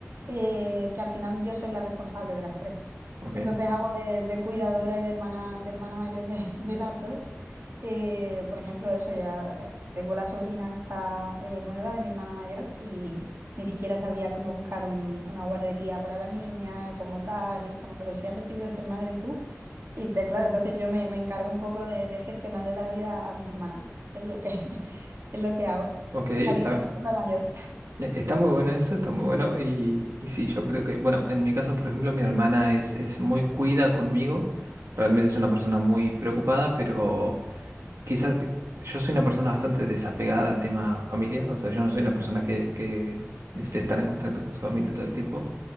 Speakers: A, on the right; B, on the right.
A: eh, que al final yo soy la responsable de las tres.
B: Ok,
A: Entonces hago de, de cuidadora y de hermana, de hermana mayor de, <laughs> de las dos. Eh, por ejemplo, eso ya eh, tengo la sobrina esta eh, nueva de mi hermana mayor y ni siquiera sabía cómo buscar un- una guardería para la niña, como tal, y es como, pero si has decidido ser madre tú. Y te- claro, entonces yo me, me encargo un poco de, de gestionarle la vida a mis hermanas. Es lo que, <laughs> es lo que hago.
B: ok, está,
A: Así que me siento la mayor.
B: e- está muy bueno eso, está muy bueno. Y, y sí, yo creo que, bueno, en mi caso, por ejemplo, mi hermana es, es muy cuida conmigo. Realmente es una persona muy preocupada, pero... quizás eh, yo soy una persona bastante desapegada al tema familia, o sea, yo no soy una persona que, que necesite estar en contacto con su familia todo el tiempo.